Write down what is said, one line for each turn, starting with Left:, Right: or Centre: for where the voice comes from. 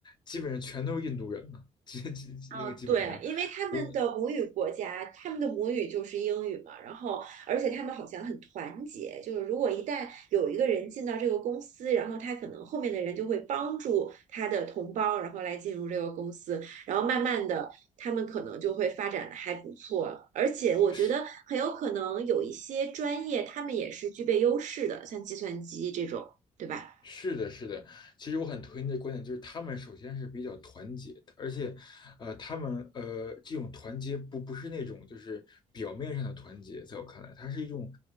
Left: 基本上全都是印度人嘛，<laughs> 基基基那个基本上，
Right: 哦，对，因为他们的母语国家，
Left: 我
Right: 他们的母语就是英语嘛，然后而且他们好像很团结，就是如果一旦有一个人进到这个公司，然后他可能后面的人就会帮助他的同胞，然后来进入这个公司，然后慢慢的他们可能就会发展的还不错，而且我觉得很有可能有一些专业他们也是具备优势的，
Left: 是
Right: 像计算机这种，对吧？
Left: 是的，是的，其实我很推荐这观点，就是他们首先是比较团结的，而且，呃，他们呃这种团结不不是那种就是表面上的团结，在我看来，它是一种